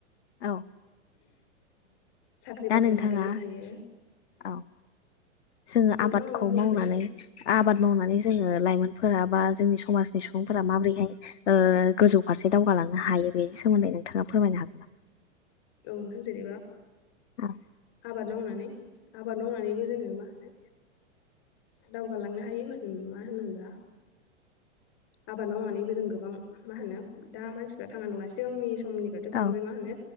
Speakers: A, on the left; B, on the left.
A: औ
B: साख्रि
A: दा
B: बाख्रि
A: नोंथाङा
B: नागिरनो हायो
A: औ जोङो
B: नोंथाङा
A: आबादखौ
B: माबा बुंनो
A: मावनानै
B: नागिरदोंमोन
A: आबाद मावनानै जोङो लाइमोनफोरा बा जोंनि समाजनि सुबुंफोरा माबोरैहाय ओ गोजौ फारसे दावगा लांनो हायो बेनि सोमोन्दै नोंथाङा फोरमायनो हागोन नामा?
B: औ नोंथां जेनेबा
A: औ
B: आबाद मावनानै आबाद मावनानैबो जोङो मा होनो दावगालांनो हायो मा होन मा होनदों दा आबाद मावनानैबो जों गोबां मा होनो दा मानसिफ्रा थांना दंना सिगांनि समनिफ्रायथ'
A: औ
B: बांद्राय मा होनो